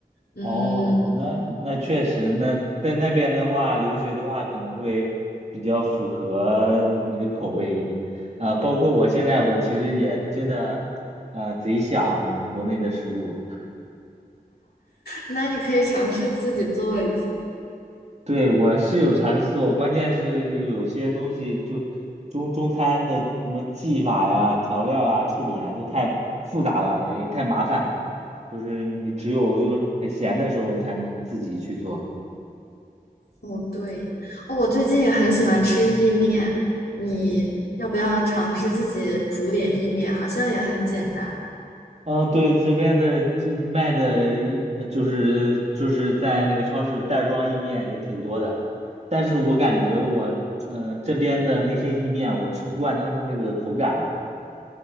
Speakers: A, on the left; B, on the right.
A: 嗯，
B: 哦，那那确实，那在那边的话，留学的话可能会比较符合你的口味一点啊，包括我现在我其实也真的呃贼想国内的食物。
A: 那你可以尝试自己做一下。
B: 对，我是有尝试做，关键是有有些东西就中中餐的什么技法呀、调料啊、处理啊，都太复杂了，也也太麻烦。就是你只有就是很闲的时候，你才能自己去做。
A: 哦，对，哦，我最近也很喜欢吃意面，你要不要尝试自己煮点意面？好像也很简单。
B: 嗯，对，这边的就卖的一呃就是就是在那个超市袋儿装意面也挺多的，但是我感觉我嗯、呃这边的那些意面，我吃不惯它的那个口感嘛。